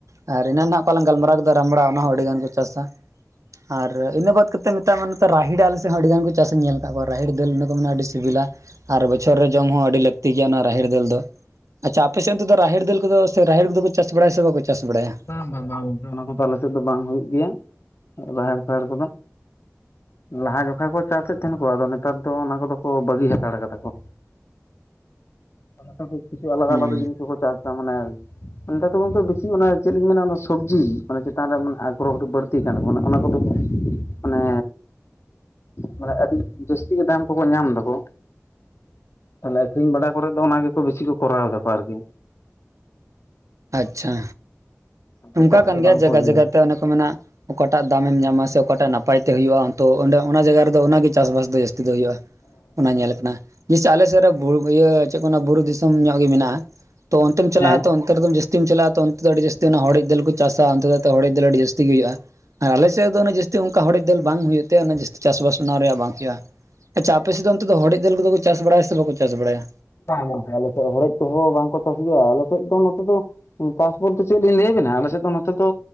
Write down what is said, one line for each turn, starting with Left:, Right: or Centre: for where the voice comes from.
Right: ᱟᱨ ᱮᱱᱟᱱ ᱱᱟᱦᱟᱜ ᱚᱠᱟ ᱞᱟᱝ ᱜᱟᱞᱢᱟᱨᱟᱣ ᱠᱮᱫᱟ ᱨᱟᱢᱲᱟ ᱚᱱᱟ ᱦᱚᱸᱚᱸ ᱟᱹᱰᱤ ᱜᱟᱱ ᱠᱚ ᱪᱟᱥᱟ ᱟᱨ ᱤᱱᱟᱹ ᱵᱟᱫᱽ ᱠᱟᱛᱮᱫ ᱱᱚᱛᱮ ᱢᱮᱛᱟᱜ ᱢᱮ ᱱᱚᱛᱮ ᱨᱟᱦᱮᱲ ᱟᱞᱮᱥᱮᱫ ᱦᱚᱸ ᱟᱹᱰᱤ ᱜᱟᱱ ᱠᱚ ᱪᱟᱥ ᱧᱮᱞ ᱟᱠᱟᱫᱟ ᱨᱟᱦᱮᱲ ᱫᱟᱹᱞ ᱤᱱᱟ ᱠᱚ ᱢᱟᱱᱮ ᱟᱹᱰᱤ ᱥᱤᱵᱤᱞᱟ ᱟᱨ ᱵᱚᱪᱷᱚᱨ ᱨᱮ ᱡᱚᱢ ᱦᱚᱸ ᱟᱹᱰᱤ ᱞᱟᱹᱠᱛᱤ ᱜᱮᱭᱟ ᱚᱱᱟ ᱨᱟᱦᱮᱲ ᱫᱟᱹᱞ ᱫᱚ ᱟᱪᱪᱷᱟ ᱟᱯᱮ ᱥᱮᱱ ᱛᱮᱫᱚ ᱨᱟᱦᱮᱲ ᱫᱟᱹᱞ ᱠᱚᱫᱚ ᱥᱮ ᱨᱟᱦᱮᱲ ᱠᱚᱫᱚ ᱠᱚ ᱪᱟᱥ ᱵᱟᱲᱟᱭᱟ ᱥᱮ ᱵᱟᱠᱚ ᱪᱟᱥ ᱵᱟᱲᱟᱭᱟ
Left: ᱵᱟᱝ ᱵᱟᱝ ᱜᱟᱢᱠᱮ ᱚᱱᱟ ᱠᱚᱫᱚ ᱟᱞᱮ ᱥᱮᱫ ᱫᱚ ᱵᱟᱝ ᱦᱩᱭᱩᱜ ᱜᱮᱭᱟ ᱨᱟᱦᱮᱲ ᱯᱟᱦᱮᱲ ᱠᱚᱫᱚ ᱞᱟᱦᱟ ᱡᱚᱠᱟᱡ ᱠᱚ ᱪᱟᱥᱮᱫ ᱛᱟᱦᱮᱸᱱ ᱠᱚ ᱟᱫᱚ ᱱᱮᱛᱟᱨ ᱫᱚ ᱚᱱᱟ ᱠᱚᱫᱚ ᱠᱚ ᱵᱟᱹᱜᱤ ᱦᱟᱛᱟᱲ ᱠᱟᱫᱟ ᱠᱚ ᱚᱱᱟᱠᱟ ᱠᱤᱪᱷᱩ ᱟᱞᱟᱫᱟ
Right: ᱦᱮᱸ
Left: ᱟᱞᱟᱫᱟ ᱡᱤᱱᱤᱥ ᱠᱚᱠᱚ ᱪᱟᱥ ᱮᱫᱟ ᱢᱟᱱᱮ ᱱᱮᱛᱟᱨ ᱫᱚ ᱜᱚᱢᱠᱮ ᱵᱮᱥᱤ ᱚᱱᱮ ᱪᱮᱫᱤᱧ ᱢᱮᱱᱟ ᱚᱱᱟ ᱥᱚᱵᱽᱡᱤ ᱢᱟᱱᱮ ᱪᱮᱛᱟᱱ ᱨᱮ ᱟᱜᱽᱨᱚᱦᱚ ᱵᱟᱹᱲᱛᱤ ᱟᱠᱟᱱ ᱛᱟᱠᱚᱣᱟ ᱮ ᱚᱱᱟ ᱠᱚᱫᱚ ᱢᱟᱱᱮ ᱢᱟᱱᱮ ᱟᱹᱰᱤ ᱡᱟᱹᱥᱛᱤ ᱜᱮ ᱫᱟᱢ ᱠᱚᱠᱚ ᱧᱟᱢ ᱫᱟᱠᱚ ᱛᱟᱦᱚᱞᱮ ᱟᱠᱷᱨᱤᱧ ᱵᱟᱲᱟ ᱠᱚᱨᱮᱫ ᱫᱚ ᱚᱱᱟ ᱜᱮᱠᱚ ᱵᱮᱥᱤ ᱠᱚ ᱠᱚᱨᱟᱣ ᱫᱟᱠᱚ ᱟᱨᱠᱤ
Right: ᱟᱪᱪᱷᱟ ᱚᱱᱠᱟ
Left: ᱮᱴᱟᱜ
Right: ᱠᱟᱱ
Left: ᱫᱚ ᱵᱟᱝᱠᱚ
Right: ᱜᱮᱭᱟ ᱡᱟᱭᱜᱟ
Left: ᱤᱭᱟᱹ
Right: ᱡᱟᱭᱜᱟᱛᱮ ᱚᱱᱮ ᱠᱚ ᱢᱮᱱ ᱚᱠᱟᱴᱟᱜ ᱫᱟᱢᱮᱢ ᱧᱟᱢᱟ ᱥᱮ ᱚᱠᱟᱴᱟᱜ ᱱᱟᱯᱟᱭ ᱛᱮ ᱦᱩᱭᱩᱜᱼᱟ ᱛᱚ ᱚᱱᱰᱮ ᱚᱱᱟ ᱡᱟᱭᱜᱟ ᱨᱮᱫᱚ ᱚᱱᱟᱜᱮ ᱪᱟᱥᱵᱟᱥ ᱫᱚ ᱡᱟᱹᱥᱛᱤ ᱫᱚ ᱦᱩᱭᱩᱜᱼᱟ ᱚᱱᱟ ᱧᱮᱞ ᱟᱠᱟᱱᱟ ᱡᱮᱭᱥᱮ ᱟᱞᱮᱥᱮᱫ ᱨᱮ ᱤᱭᱟᱹ ᱪᱮᱫ ᱠᱚ ᱚᱱᱟ ᱵᱩᱨᱩ ᱫᱤᱥᱚᱢ ᱧᱚᱜ ᱜᱮ ᱢᱮᱱᱟᱜᱼᱟ ᱛᱚ ᱚᱱᱛᱮᱢ ᱪᱟᱞᱟᱜᱼᱟ
Left: ᱦᱮᱸ
Right: ᱛᱚ ᱚᱢ ᱡᱟᱹᱥᱛᱤᱢ ᱪᱟᱞᱟᱜᱼᱟ ᱚᱱᱛᱮ ᱫᱚ ᱟᱹᱰᱤ ᱡᱟᱥᱛᱤ ᱚᱱᱟ ᱦᱚᱲᱮᱫ ᱫᱟᱹᱞ ᱠᱚ ᱪᱟᱥᱟ ᱚᱱᱛᱮ ᱫᱚ ᱦᱚᱲᱮᱫ ᱫᱟᱹᱞ ᱟᱹᱰᱤ ᱡᱟᱹᱥᱛᱤ ᱜᱮ ᱦᱩᱭᱩᱜᱼᱟ ᱟᱨ ᱟᱞᱮ ᱫᱚ ᱡᱟᱹᱥᱛᱤ ᱚᱱᱠᱟ ᱦᱚᱲᱮᱡ ᱫᱟᱹᱞ ᱵᱟᱝ ᱦᱩᱭᱩᱜ ᱛᱟᱭ ᱡᱟᱹᱥᱛᱤ ᱪᱟᱥᱵᱟᱥ ᱚᱱᱟ ᱨᱮᱭᱟᱜ ᱵᱟᱝ ᱦᱩᱭᱩᱜᱼᱟ ᱟᱪᱪᱷᱟ ᱟᱯᱮᱥᱮᱫ ᱫᱚ ᱚᱱᱛᱮ ᱦᱚᱲᱮᱫ ᱫᱟᱹᱞ ᱠᱚᱫᱚ ᱠᱚ ᱪᱟᱥ ᱵᱟᱲᱟᱭᱟ ᱥᱮ ᱵᱟᱠᱚ ᱪᱟᱥ ᱵᱟᱲᱟᱭᱟ
Left: ᱵᱟᱝᱟ ᱜᱚᱢᱠᱮ ᱟᱞᱮᱥᱮᱫ ᱦᱚᱲᱮᱫ ᱠᱚᱦᱚᱸ ᱵᱟᱝᱠᱚ ᱪᱟᱥ ᱜᱮᱭᱟ ᱟᱞᱮ ᱥᱮᱫ ᱫᱚ ᱱᱚᱛᱮ ᱫᱚ ᱪᱟᱥ ᱵᱚᱞᱛᱮ ᱪᱮᱫ ᱞᱤᱧ ᱞᱟᱹᱭᱟᱵᱮᱱᱟ ᱟᱞᱮ ᱥᱮᱫ ᱫᱚ ᱱᱚᱛᱮ ᱫᱚ